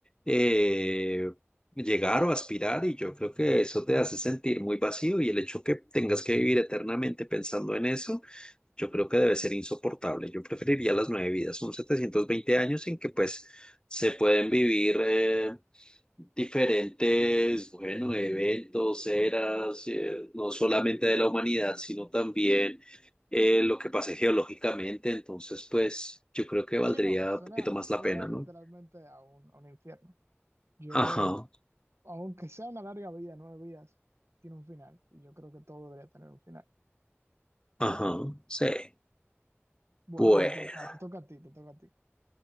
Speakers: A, on the left; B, on the right.
A: eh, llegar o aspirar y yo creo que eso te hace sentir muy vacío y el hecho que tengas que vivir eternamente pensando en eso. Yo creo que debe ser insoportable. Yo preferiría las nueve vidas. Son 720 años en que pues se pueden vivir eh, diferentes, bueno, eventos, eras, eh, no solamente de la humanidad, sino también eh, lo que pase geológicamente. Entonces, pues yo creo que valdría
B: Sí, no, suena,
A: un poquito más
B: suena
A: la pena,
B: literalmente
A: ¿no?
B: a un, a un infierno. Yo,
A: Ajá,
B: aunque sea una larga vida, nueve vidas, tiene un final. Y yo creo que todo debería tener un final.
A: ajá, sí.
B: Bueno,
A: Bueno,
B: te toca, te toca a ti, te toca a ti.